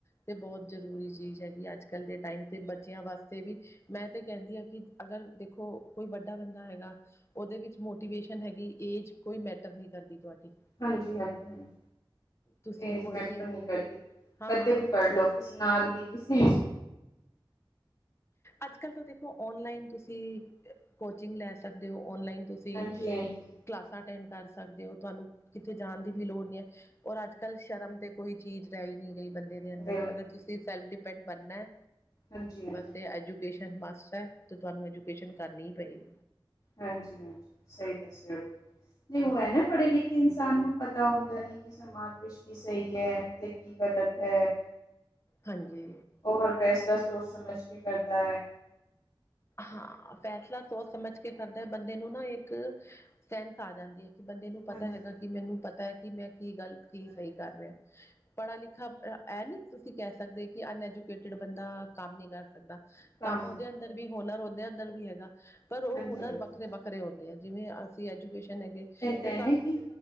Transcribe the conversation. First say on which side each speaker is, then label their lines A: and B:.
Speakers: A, on the left (about 30°); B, on the left (about 50°).
A: ਤੇ ਬੋਤ ਜ਼ਰੂਰੀ ਚੀਜ਼ ਹੈਗੀ ਅੱਜ ਕੱਲ੍ਹ ਦੇ ਟਾਈਮ ਤੇ ਬੱਚਿਆਂ ਵਾਸ। ਵੀ ਮੈਂ ਤੇ ਕਹਿੰਦੀ ਆਂ ਕਿ ਅਗਰ ਦੇਖੋ ਕੋਈ ਵੱਡਾ ਬੰਦਾ ਹੈਗਾ ਉਹਦੇ ਵਿੱਚ। ਮੋਟੀਵੇਸ਼ਨ ਹੈਗੀ ਏਜ ਕੋਈ ਮੈਟਰ ਨਹੀਂ ਕਰਦੀ ਤੁਹਾਡੀ।
B: ਹਾਂਜੀ ਹਾਂਜੀ ਹਾਂਜੀ
A: ਤੁਸੀਂ
B: ਏਜ
A: ਕੋਈ
B: ਮੈਟਰ
A: ਵੀ
B: ਨਹੀਂ ਕਰਦੀ
A: ਹਾਂ
B: ਕਦੇ ਵੀ ਪੜ
A: ਤੁਸ
B: ਲਓ ਕਿਸੇ ਨਾਲ ਵੀ ਕਿਸੇ ਏਜ ਵੀ।
A: ਅੱਜ ਕੱਲ੍ਹ ਤਾਂ ਦੇਖ। ਖੋ ਔਨਲਾਈਨ ਤੁਸੀਂ ਅ ਕੋਚਿੰਗ ਲੈ ਸਕਦੇ ਓ, ਔਨਲਾਈਨ ਤੁਸੀਂ।
B: ਹਾਂਜੀ ਹਾਂਜੀ
A: ਕਲਾਸਾਂ ਅਟੈਂਡ ਕਰ ਸਕਦੇ ਓ ਤੁਹਾਨੂੰ ਕਿਤੇ ਜਾਣ ਦੀ ਵੀ ਲੋੜ ਨੀ ਐ। ਔਰ ਅੱਜ ਕੱਲ ਸ਼ਰਮ ਤੇ ਕੋਈ ਚੀਜ਼ ਰਹਿ ਹੀ ਨਹੀਂ ਗਈ ਬੰਦੇ ਦੇ ਅੰਦਰ,
B: ਬਿਲਕੁਲ
A: ਅਗਰ ਤੁਸੀਂ ਸੈਲਫ ਡਿਪੈਂਡ ਬਣਨਾ ਐ।
B: ਹਾਂਜੀ-ਹਾਂਜੀ।
A: ਤੇ ਐਜੂਕੇਸ਼ਨ ਮਸਟ ਐ, ਤੇ ਤੁਹਾਨੂੰ ਐਜੂਕੇਸ਼ਨ ਕਰਨੀ ਈ ਪਏਗੀ।
B: ਹਾਂਜੀ-ਹਾਂਜੀ, ਸਹੀ ਦੱਸਿਆ ਬਿਲਕੁਲ, ਨੀ ਊ ਐ ਨਾ ਪੜ੍ਹੇ ਲਿਖੇ ਇਨਸਾਨ ਨੂੰ ਪਤਾ ਹੁੰਦਾ ਨੀ ਕਿ ਸਮਾਜ ਵਿੱਚ ਕੀ ਸਹੀ ਐ ਤੇ ਕੀ ਗਲਤ ਹੈ।
A: ਹਾਂਜੀ।
B: ਉਹ ਹਰ ਫੈਸਲਾ ਸੋਚ ਸਮਝ ਕੇ ਕਰਦਾ ਐ।
A: ਹਾਂ ਫੈਸਲਾ ਸੋਚ ਸਮਝ ਕੇ ਕਰਦਾ ਐ, ਬੰਦੇ ਨੂੰ ਨਾ ਇੱਕ ਸੈਂਸ ਆ ਜਾਂਦੀ ਐ। ਬੰਦੇ ਨੂੰ ਪਤਾ
B: ਹਾਂਜੀ
A: ਹੈਗਾ ਕਿ ਮੈਨੂੰ ਪਤਾ ਐ ਕਿ ਮੈਂ ਕੀ ਗਲਤ ਕੀ ਸਹੀ
B: ਹਾਂਜੀ
A: ਕਰ ਰਿਹਾ। ਪੜ੍ਹਾ ਲਿਖਾ ਐ ਨਹੀਂ ਤੁਸੀਂ ਕਹਿ ਸਕਦੇ ਕਿ ਅਨਐਜੂਕੇਟਿਡ ਬੰਦਾ ਕੰਮ ਨਹੀਂ ਕਰ ਸਕਦਾ।
B: ਕਾਂ
A: ਕੰਮ ਉਹਦੇ ਅੰਦਰ ਵੀ ਹੁਨਰ ਉਹਦੇ ਅੰਦਰ ਵੀ ਹੈਗਾ। ਪਰ ਉਹ
B: ਹਾਂਜੀ
A: ਹੁਨਰ
B: ਹਾਂਜੀ
A: ਵੱਖਰੇ ਵੱਖਰੇ ਹੁੰਦੇ ਐ ਜਿਵੇਂ ਅਸੀਂ ਐਜੂਕੇਸ਼ਨ ਹੈਗੇ।
B: ਨੇ
A: ਤੇ ਸਾਨੂੰ
B: ਕਿ